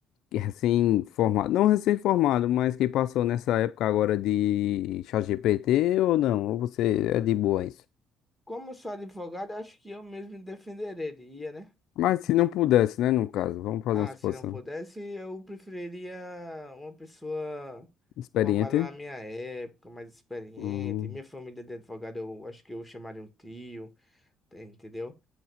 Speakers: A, on the left (about 70°); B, in the centre.
A: que é recém-formado? Não recém-formado, mas que passou nessa época agora de ChatGPT ou não? Ou você é de boa isso?
B: Como eu sou advogado, eu acho que eu mesmo me defenderia, né?
A: Mas se não pudesse, né, no caso, vamos fazer
B: Ah,
A: uma suposição.
B: se não pudesse, eu preferiria uma pessoa
A: Experiente?
B: formada na minha época, mais experiente.
A: Hum,
B: Minha família de advogado, eu acho que eu chamaria um tio, tá- entendeu?